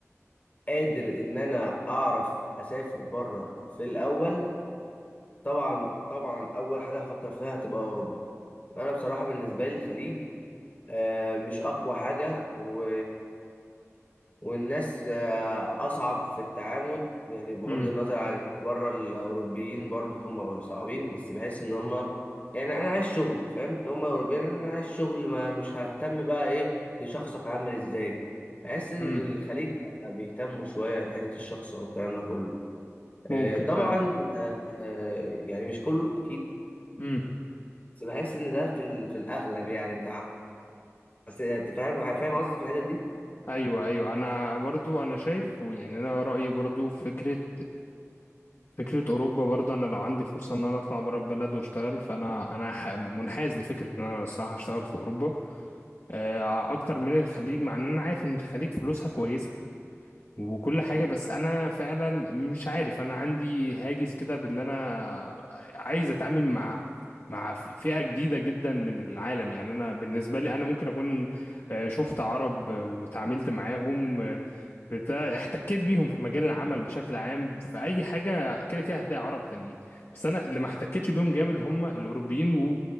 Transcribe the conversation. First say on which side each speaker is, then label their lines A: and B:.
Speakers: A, on the left; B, on the left.
A: قادر إن أنا أعرف أسافر بره في الأول طبعا طبعا أول حاجة هفكر فيها هتبقى أوروبا أنا بصراحة بالنسبة لي الخليج آه، مش أقوى حاجة و والناس آه، أصعب في التعامل يعني بغض
B: امم
A: النظر عن إن بره الأوروبيين برضو م- صعبين بس بحس إن هما يعني أنا عايز شغل فاهم هما أوروبيين أنا عايز شغل ما مش ههتم بقى إيه لشخصك عامل إزاي بحس إن
B: امم
A: الخليج لأ بيهتموا شوية لحتة الشخص أو الكلام ده كله
B: ممكن
A: آه، طبعا
B: فعلا
A: آه، يعني مش كله أكيد
B: امم
A: بس بحس إن ده في ال- في الأغلب يعني أنت ح- بس أنت فاهم فاهم قصدي في الحتة دي
B: ايوه ايوه انا برضو انا شايف يعني انا رايي برضو في فكره فكرة أوروبا برضه أنا لو عندي فرصة إن أنا أطلع برا البلد وأشتغل فأنا أنا ح- منحاز لفكرة إن أنا الصراحة أشتغل في أوروبا آه، أكتر من الخليج مع إن أنا عارف إن الخليج فلوسها كويسة وكل حاجة بس أنا فعلا مش عارف أنا عندي هاجس كده بإن أنا عايز أتعامل مع مع فئة جديدة جدا من العالم يعني أنا بالنسبة لي أنا ممكن أكون آه، شفت عرب آه، وتعاملت معاهم آه، بتاع احتكيت بيهم في مجال العمل بشكل عام في أي حاجة كده كده هتلاقي عرب تانيين بس أنا اللي ما احتكتش بيهم جامد هم الأوروبيين